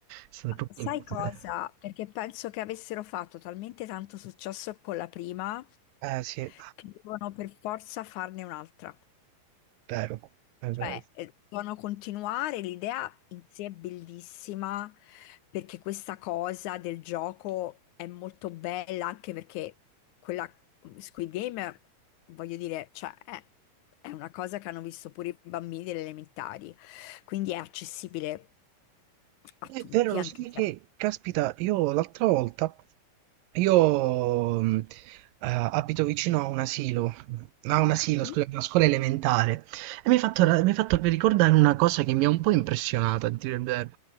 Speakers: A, on the right; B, on the left.
A: stata
B: Ma
A: proprio
B: Sai
A: inutile.
B: cosa? Perché penso che avessero fatto talmente tanto successo con la prima
A: Eh sì, è
B: che devono per forza farne un'altra.
A: vero, è
B: Cioè,
A: vero.
B: eh, devono continuare, l'idea in sé è bellissima perché questa cosa del gioco è molto bella anche perché quella Squid Game, voglio dire, cioè, è, è una cosa che hanno visto pure i bambini delle elementari, quindi è accessibile a
A: È
B: tutti,
A: vero, lo
B: anche
A: sai
B: se...
A: che, caspita, io l'altra volta, io mh, eh, abito vicino a un asilo, a un asilo,
B: Mhm.
A: scusa, una scuola elementare, e mi hai fatto, ra- mi hai fatto ricordare una cosa che mi ha un po' impressionato, a dire il vero.